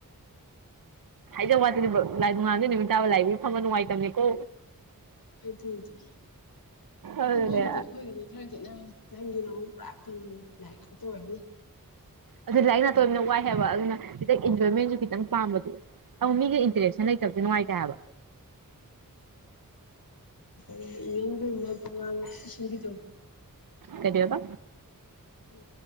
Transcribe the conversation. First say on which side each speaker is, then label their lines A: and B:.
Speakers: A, on the right; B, on the left.
A: ꯍꯥꯏꯖꯕ ꯋꯥꯠꯅꯦ ꯂꯥꯏ ꯅꯨꯡꯉꯥꯗꯣꯏ ꯅꯨꯃꯤꯠ ꯇꯥꯕ ꯂꯥꯏꯕꯒꯤ ꯐꯪꯕ ꯅꯨꯡꯉꯥꯏꯇꯕꯅꯤꯀꯣ
B: ꯑꯩꯗꯤꯗꯤ
A: ꯑꯗꯨꯅꯦ
B: ꯎꯝ ꯍꯣꯏꯒꯗꯤ ꯍꯣꯏꯒꯗꯤ ꯈꯔ ꯌꯦꯠꯅꯕꯔꯦ ꯅꯪꯒꯤ ꯅꯨ ꯄꯨꯔꯥ ꯀꯤꯅꯧꯔꯦ ꯂꯥꯏꯔꯤꯛ ꯈꯥꯎꯛꯇ ꯑꯣꯏꯔꯅꯤ
A: ꯑꯗꯨ ꯂꯥꯏꯔꯤꯛ ꯅꯥꯇꯣꯏꯝꯅ ꯋꯥꯏꯑꯦꯕ ꯑꯗꯨꯅ ꯈꯤꯇꯪ ꯏꯟꯖꯣꯏꯃꯦꯟꯁꯨ ꯈꯤꯇꯪ ꯄꯥꯝꯕꯗꯨ ꯑꯧ ꯃꯤꯒꯤ ꯏꯟꯇꯔꯦꯛꯁꯟ ꯂꯩꯇꯕꯗꯤ ꯅꯨꯡꯉꯥꯏꯇꯥꯏꯑꯕ
B: ꯅꯣꯏꯗꯤ ꯏꯟꯒꯨꯝꯕ ꯄꯉꯥ ꯁꯤꯟꯕꯤꯗꯧ
A: ꯀꯔꯤꯕ
B: ꯍꯥꯏꯗꯤ